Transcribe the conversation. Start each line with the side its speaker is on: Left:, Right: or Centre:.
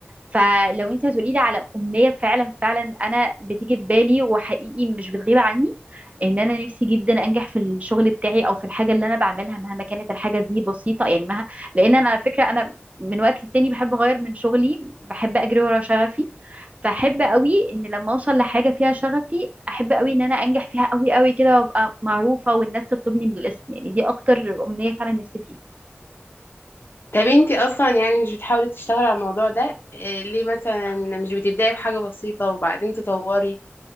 Right: فلو انت هتقولي لي على امنيه فعلا فعلا انا بتيجي في بالي وحقيقي مش بتغيب عني ان انا نفسي جدا انجح في الشغل بتاعي او في الحاجه اللي انا بعملها مهما كانت الحاجه دي بسيطه يعني مه... لان انا على فكره انا من وقت للتاني بحب اغير من شغلي بحب اجري ورا شغفي فاحب قوي ان لما اوصل لحاجه فيها شغفي احب قوي ان انا انجح فيها قوي قوي كده وابقى معروفه والناس تطلبني بالاسم يعني دي اكتر امنيه فعلا نفسي فيها
Left: طب انتي اصلا يعني مش بتحاولي تشتغلي على الموضوع ده إيه، ليه مثلا مش بتبداي بحاجه بسيطه وبعدين تطوري